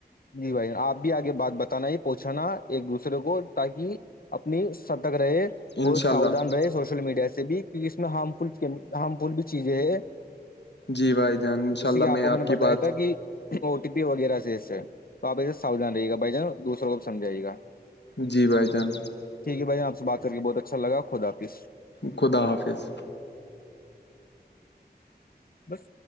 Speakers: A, on the left (about 60°); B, on the left (about 85°).
A: جی بھائی آپ بھی آگے بات بتانا یہ پوچھانا ایک دوسرے کو تاکہ اپنی ستک رہے
B: انشاء
A: وہ ساوودھان
B: اللہ
A: رہے سوش سوشل میڈیا سے بھی کیوںکہ اس میں بھی ہارم فل ہارم فل بھی چیزیں ہے
B: جی بھائی جان انشاء
A: جیسے
B: اللہ
A: کہ آپ کو میں نے
B: کی
A: بتایا
B: بات
A: تھا کہ او ٹی پی وغیرہ سے اس سے تو آپ ای ساوودھان رہیے گا بھائی جان دوسروں کو بھی سمجھائیے گا
B: جی بھائی جان
A: ٹھیک ہے بھائی آپ بات کر کے بہت اچھا لگا خدا حافظ
B: خدا حافظ
A: بس